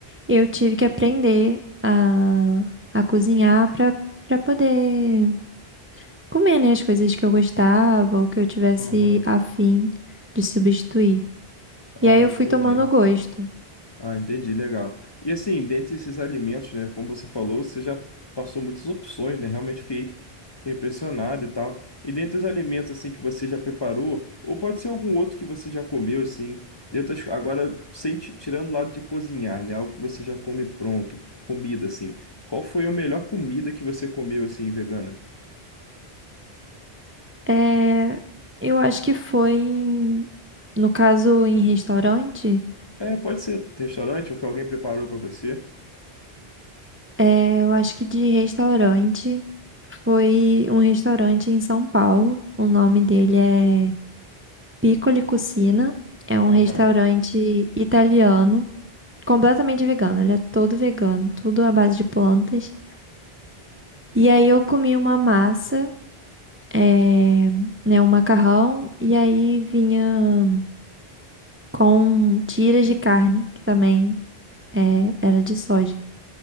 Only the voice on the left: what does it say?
Aham.
Ah,
entendi.
Ah, entendi, legal. E assim, dentre esses alimentos, né, como você falou, você já passou muitas opções, né? Realmente fiquei impressionado e tal. E dentre os alimentos assim que você já preparou, ou pode ser algum outro que você já comeu assim, dentre as- agora sem ti- tirando o lado de cozinhar, né, algo que você já come pronto, comida assim. Qual foi a melhor comida que você comeu assim vegana?
É, pode ser restaurante ou que alguém preparou para você.
Aham,